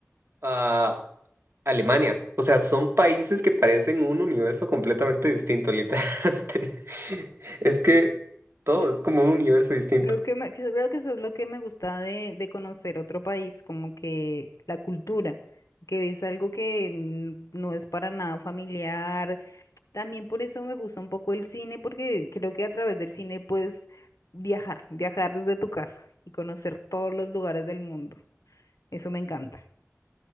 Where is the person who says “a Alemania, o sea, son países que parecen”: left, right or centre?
Right